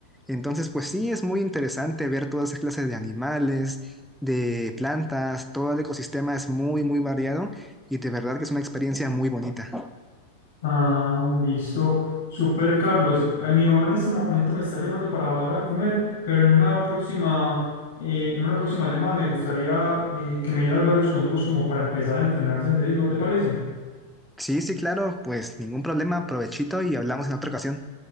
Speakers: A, in the centre; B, on the left.
A: Entonces, pues sí, es muy interesante ver todas esas clases de animales, de plantas, todo el ecosistema es muy, muy variado y de verdad que es una experiencia muy bonita.
B: Ah, listo. Super Carlos. Ay, mi mamá en este momento me está llamando para bajar a comer, pero en una próxima, eh, en una próxima llamada me gustaría eh, que me dieras varios consejos como para empezar a entrenar senderismo, ¿te parece?
A: Sí, sí, claro, pues ningún problema, provechito y hablamos en otra ocasión.